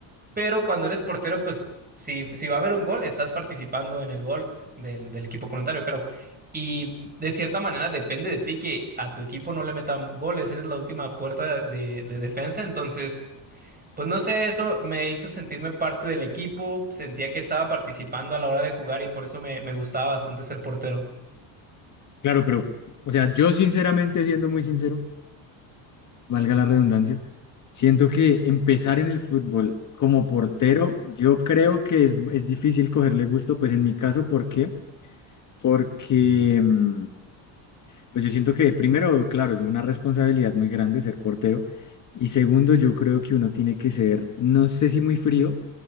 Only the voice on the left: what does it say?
Claro, pero, o sea, yo sinceramente, siendo muy sincero, valga la redundancia. Siento que empezar en el fútbol como portero, yo creo que es, es difícil cogerle gusto, pues en mi caso, ¿por qué? Porque, mm, pues yo siento que primero, claro, es una responsabilidad muy grande ser portero. Y segundo, yo creo que uno tiene que ser, no sé si muy frío,